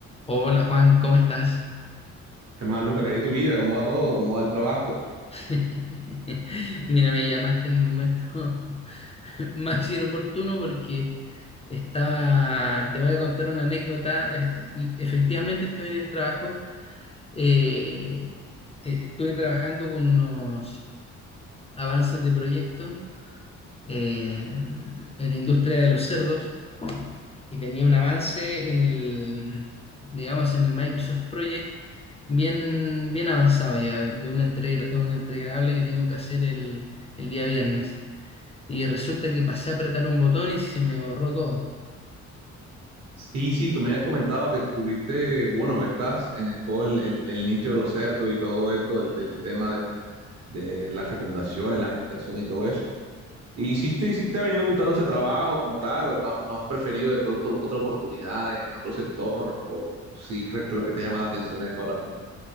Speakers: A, on the left; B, on the right.
A: Hola Juan, ¿cómo estás?
B: ¿Qué más, Luca? ¿Qué hay de tu vida? ¿Cómo va todo? ¿Cómo va el trabajo?
A: <laughs> Mira, me llamaste en el momento <laughs> más inoportuno porque estaba, te voy a contar una anécdota. E- e- Efectivamente estoy en el trabajo, eh, eh, estuve trabajando con unos avances de proyecto eh, en la industria de los cerdos. y tenía un avance en el, digamos, en el Microsoft Project bien, bien avanzado ya, de una entrega, un entregable que tengo que hacer el, el día viernes. Y resulta que pasé a apretar un botón y se me borró todo.
B: Sí, sí, tú me habías comentado que tuviste, bueno, que estás en el- todo el, el- el nicho de los cerdos y todo esto, del, del tema de, de las fecundaciones, la gestación y todo eso. ¿Y si te, si te ha venido gustando ese trabajo como tal, o no, has no has preferido de pronto buscar otra oportunidad en otro sector, o sí crees que lo que te llama la atención es eso ahora mismo?